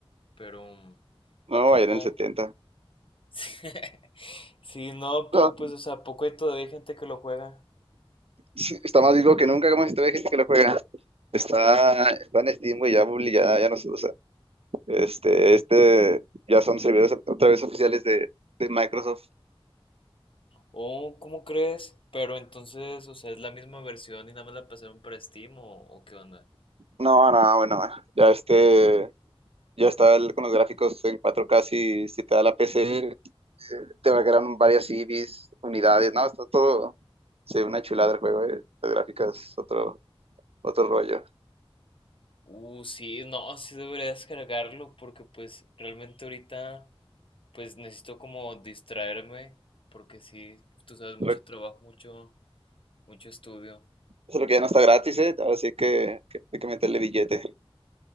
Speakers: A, on the left; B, on the right.
A: pero mm,
B: No,
A: ¿a poco?
B: ayer en el 70.
A: <laughs> Sí, no, pero
B: No,
A: pues, o sea, ¿a poco hay todavía gente que lo juega?
B: sí, está más vivo que nunca, como si todavía hay gente que lo juega. Está, está en Steam, güey, ya, Bully, ya, ya no se usa. Este, este, ya son servidores otra vez oficiales de, de Microsoft.
A: Oh, ¿cómo crees? Pero entonces, o sea, ¿es la misma versión y nada más la pasaron para Steam o, o qué onda?
B: No, no, bueno, ya este, ya está el- con los gráficos en 4K, si, si te da la PC, te va a quedar varias CDs, unidades, no, está todo, sí, una chulada el juego, eh. Las gráficas, otro, otro rollo.
A: Uh, sí, no, sí debería descargarlo porque pues realmente ahorita pues necesito como distraerme porque sí, tú sabes, mucho
B: Lo-
A: trabajo, mucho, mucho estudio.
B: Solo que ya no está gratis, ¿eh? Ahora sí que, que hay que meterle billete.